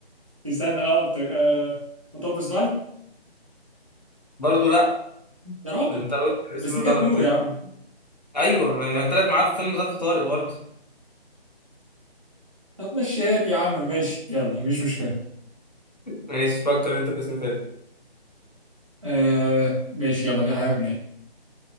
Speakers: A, on the right; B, on the left.
A: استنى أه بت- آه، مطب صناعي
B: برضه لا
A: يا راجل
B: انت قلت اسم
A: بس دي
B: غلط
A: كانت نور
B: كده
A: يا عم
B: ايوه ما ما طلعت معاه في فيلم ظرف طارق برضه
A: طب مشيها لي يا عم ماشي يلا مفيش مشكلة
B: ماشي فكر انت في اسم فيلم
A: آه ماشي يلا في حاجة في دماغي